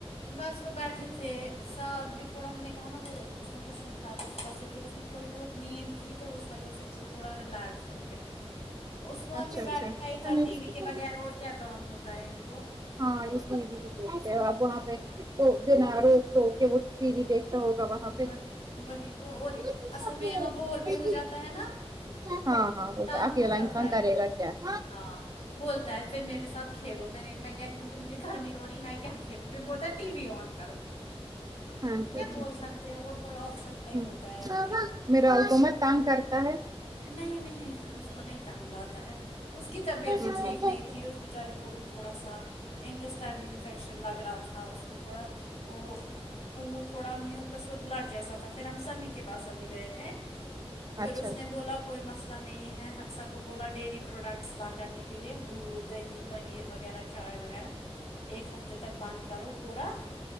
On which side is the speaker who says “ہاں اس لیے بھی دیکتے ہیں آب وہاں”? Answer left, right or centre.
Right